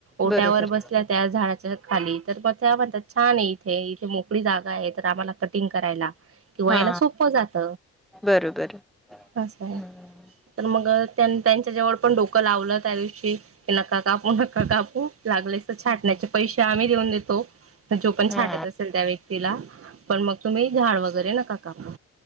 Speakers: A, on the right; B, in the centre.
A: ओट्यावर
B: बरोबर
A: बसल्या त्या झाडाच्या खाली तर मग ते म्हणतात छान आहे इथे इथे मोकळी जागा आहे तर आम्हाला कटिंग करायला. किंवा
B: हा
A: याला सोपं जात.
B: बरोबर.
A: असं
B: हम्म
A: तर मग त्यां त्यांच्या जेवळ पण डोकं लावलं त्या दिवशी की नका कापू नका कापू हो लागलेस छाटण्याचे पैसे आम्ही देऊन देतो. जो पण
B: हा
A: छाटत असेल त्या व्यक्तीला पण मग तुम्ही झाड वगैरे नका कापू.